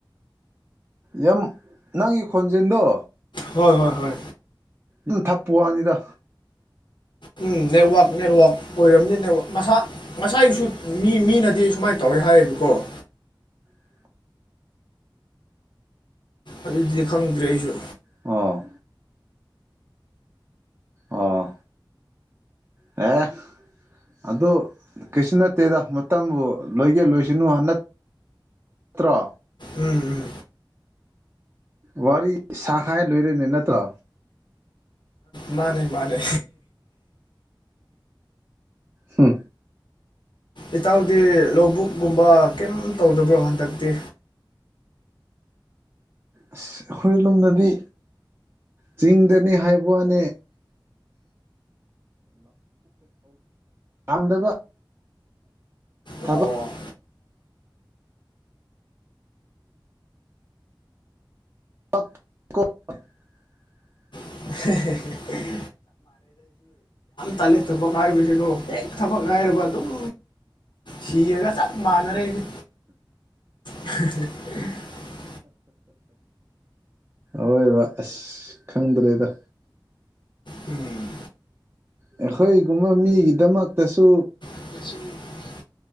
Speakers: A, on the right; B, on the left.
A: ꯌꯥꯝ ꯅꯪꯒꯤ ꯈꯣꯟꯖꯦꯜꯗꯣ
B: ꯍꯣꯏ ꯍꯣꯏ ꯍꯣꯏ
A: ꯎ ꯊꯞꯄ ꯋꯥꯅꯤꯗ
B: ꯎꯝ ꯅꯦꯠꯋꯥꯛ ꯅꯦꯠꯋꯥꯛ ꯑꯣꯏꯔꯕꯅꯤ ꯅ ꯃꯁꯥ ꯃꯁꯥꯏꯁꯨ ꯃꯤ ꯃꯤꯅꯗꯤ ꯁꯨꯃꯥꯏꯅ ꯇꯧꯋꯦ ꯍꯥꯏꯌꯦꯕꯀꯣ
A: ꯎꯝ
B: ꯑꯗꯨꯗꯤ ꯈꯪꯗ꯭ꯔꯦ ꯑꯩꯁꯨ
A: ꯑ ꯑꯣ <unintelligible> ꯑꯗꯨ ꯀꯩꯁꯨ ꯅꯠꯇꯦꯗ ꯃꯇꯝꯕꯨ ꯂꯣꯏꯒꯦ ꯂꯣꯏꯁꯅꯨ ꯅ ꯀꯇ꯭ꯔꯥ
B: ꯎꯝ ꯎꯝ
A: ꯋꯥꯔꯤ ꯁꯍꯥꯏ ꯂꯣꯏꯔꯦꯅꯦ ꯅꯠꯇ꯭ꯔ
B: ꯃꯥꯅꯦ ꯃꯥꯅꯦ
A: ꯍꯝ
B: ꯏꯇꯥꯎꯗꯤ ꯂꯧꯕꯨꯛ ꯨꯝꯕ ꯀꯩꯝ ꯇꯧꯗꯕ꯭ꯔꯣ ꯍꯟꯗꯛꯇꯤ
A: ꯑꯁ ꯑꯩꯈꯣꯏ ꯂꯣꯝꯗꯗꯤ ꯆꯤꯡꯗꯅꯤ ꯍꯥꯏꯕꯅꯦ ꯌꯥꯝꯗꯕ ꯊꯕꯛ
B: ꯑꯣ
A: <inaudible>
B: <unintelligible> ꯇꯂꯦ ꯊ ꯄꯕꯥꯥꯏꯒꯁꯦꯒꯣ ꯍꯦꯛ ꯊꯕꯛ ꯉꯥꯏꯔꯕ ꯑꯗꯨꯝ ꯁꯤꯔꯒ ꯆꯞ ꯃꯥꯟꯅꯔꯦꯗꯤ <unintelligible>
A: ꯍꯣꯏ ꯕ ꯑꯁ ꯈꯪꯗ꯭ꯔꯦꯗ
B: ꯎꯝ
A: ꯑꯩꯈꯣꯏꯒꯨꯝꯕ ꯃꯤꯒꯤꯗꯃꯛꯇꯁꯨ
B: <unintelligible>